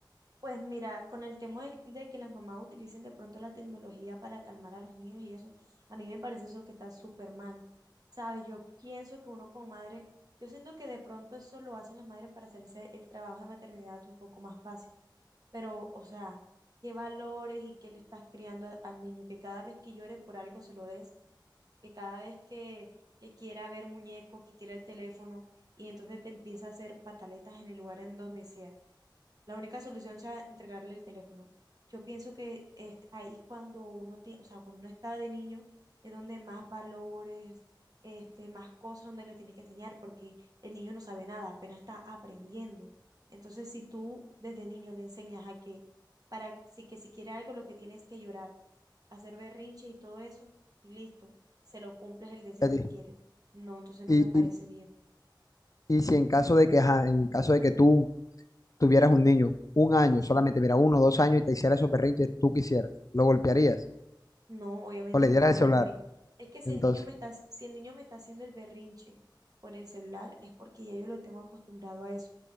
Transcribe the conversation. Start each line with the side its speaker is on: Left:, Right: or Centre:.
Right: Pues mira, con el tema de, de que las mamás utilicen de pronto la tecnología para calmar a los niños y eso, a mí me parece eso que está súper mal. ¿Sabes? Yo pienso que uno como madre, yo siento que de pronto eso lo hacen las madres para hacerse el trabajo de maternidad un poco más fácil. Pero, o sea, qué valores y qué le estás criando a- al niño, que cada vez que llore por algo se lo des, que cada vez que, que quiera ver muñecos, que quiera el teléfono, y entonces te empieza a hacer pataletas en el lugar en donde sea. La única solución sea entregarle el teléfono. Yo pienso que es ahí cuando uno, tie- o sea, cuando uno está de niño, es donde más valores, este, más cosas donde le tienes que enseñar, porque el niño no sabe nada, apenas está aprendiendo. Entonces, si tú desde niño le enseñas a que, para si que si quiere algo, lo que tienes es que llorar, hacer berrinche y todo eso, y listo, se lo cumples el deseo
Left: a ti.
Right: que quiere. No, entonces no
Left: Y,
Right: me parece
Left: y,
Right: bien.
Left: y si en caso de que, ajá, en caso de que tú tuvieras un niño, un año
Right: Sí.
Left: solamente, mira, uno, dos años y te hiciera esos berrinches, tú quisieras, lo golpearías
Right: No, obviamente
Left: o le
Right: no
Left: dieras
Right: lo
Left: el
Right: golpearía.
Left: celular.
Right: Es que si
Left: Entonces,
Right: el niño me está, si el niño me está haciendo el berrinche por el celular, es porque ya yo lo tengo acostumbrado a eso.